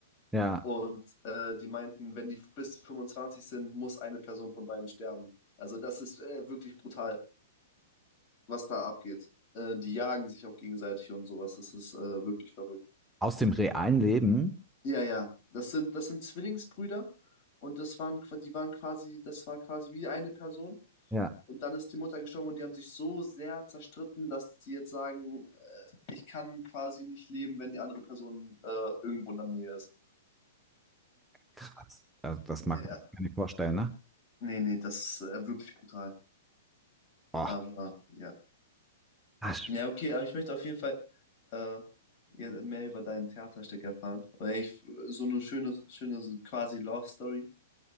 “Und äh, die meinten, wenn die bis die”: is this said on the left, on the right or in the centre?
Left